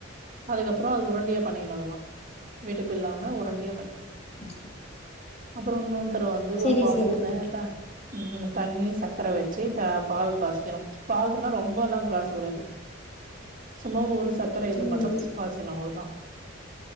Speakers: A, on the right (about 45°); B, on the left (about 35°).
A: அதுக்கப்பறோ அது உரண்டயா பண்ணிக்கணு அதல்லா வெடுப்பு இல்லாம உருண்டயா பண்ணிர்ணு
B: <inaudible>
A: அப்பறோ இன்னொன் தட வந்து
B: செரி
A: ஒரு பாத்தரத்துல
B: செரி
A: தா ம் ம் தண்ணீ சக்கர வெச்சு த பாகு காசிக்கணு பாகுனா ரொம்ப அல்லா காஸ்ச கூடாது சும்மா ஒரு சக்கர ஐட்டம்
B: ம்
A: மட்டு ஃபுட் <unintelligible> அவ்ளோ தா